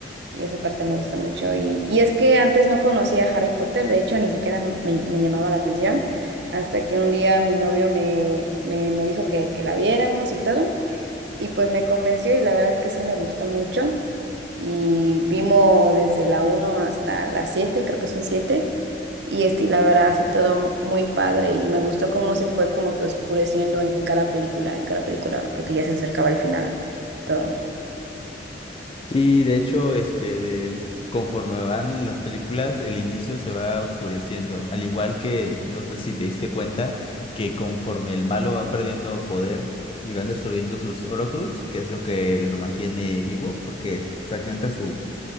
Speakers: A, on the right; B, on the left.
A: Y esa parte me gusta mucho. Y, y es que antes no conocía a Harry Potter, de hecho, ni siquiera me, me llamaba la atención, hasta que un día mi novio me, me, me dijo que, que la viéramos y todo. Y pues me convenció y la verdad es que sí me gustó mucho. Y vimos desde la uno hasta la siete creo que son siete Y este, y la verdad, sí, todo muy padre. Y me gustó cómo se fue como que oscureciendo en cada película, en cada película, porque ya se acercaba el final. Todo.
B: Sí, de hecho, este, de, conforme van las películas, el inicio se va oscureciendo. Al igual que, no sé si te diste cuenta, que conforme el malo va perdiendo poder y van destruyendo sus Horcrux, que es lo que lo mantiene vivo, porque fragmenta su